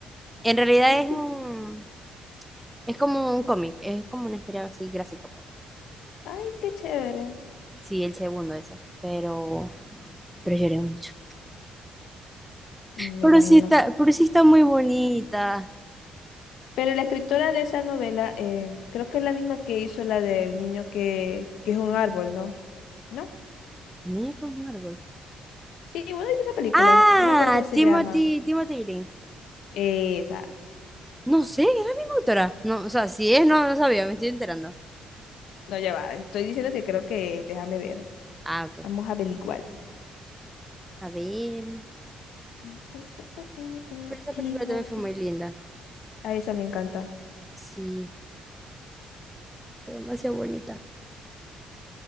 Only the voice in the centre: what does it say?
En realidad
es un, Es como un cómic, es como una historia así gráfica, pues.
Sí, el segundo ese, pero, pero lloré mucho.
Pero
sí está, pero sí está muy bonita.
El niño que es un árbol.
Ah,
Timothy,
Timothy Green.
No sé, es la misma autora. No, o sea, si es, no, no sabía, me estoy enterando.
Ah, ok.
A ver.
Pero esa
película también fue muy linda.
Sí, fue demasiado bonita.